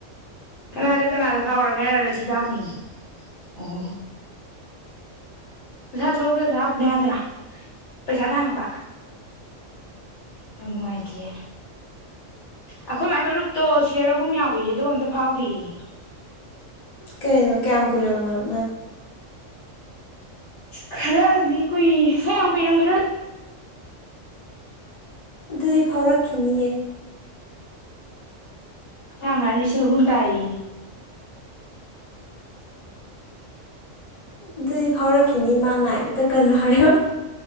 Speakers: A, on the left; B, on the left.
A: ꯀꯅꯥꯗ ꯀꯅꯥꯗ ꯐꯥꯎꯔꯒꯦ ꯍꯥꯏꯔꯒ ꯊꯤꯗꯥꯎꯅꯤ ꯑꯣ ꯄꯩꯁꯥꯠ ꯍꯦꯁ ꯍꯥꯞꯅꯦꯗ꯭ꯔ ꯄꯩꯁꯥꯗꯉꯄꯥ ꯌꯥꯝ ꯅꯨꯡꯉꯥꯏꯇꯤꯌꯦ ꯑꯩꯈꯣꯏ ꯃꯥꯏ ꯃꯔꯨꯞꯇꯣ ꯁꯤꯌꯔ ꯑꯍꯨꯝ ꯌꯥꯎꯏꯌꯦ ꯑꯗꯨꯒ ꯑꯝꯇ ꯐꯥꯎꯗꯦꯌꯦ
B: ꯀꯩꯅꯣ ꯀꯌꯥꯝ ꯀꯨꯔ ꯃꯥꯔ
A: ꯈꯔꯗꯤ ꯀꯨꯏ ꯌꯥꯝ ꯀꯨꯏꯔꯝꯈꯤꯔꯣꯏ
B: ꯑꯗꯨꯗꯤ ꯐꯥꯎꯔꯛꯈꯤꯅꯤꯌꯦ
A: ꯑꯩ ꯂꯤꯁꯤꯡ ꯑꯍꯨꯝ ꯇꯥꯏꯌꯦꯌꯦ
B: ꯑꯗꯨꯗꯤ ꯐꯥꯎꯔꯛꯈꯤꯅꯤ ꯏꯃꯥ ꯉꯥꯏꯕꯇꯥ ꯀꯜꯂꯣ ꯍꯥꯏꯌꯣ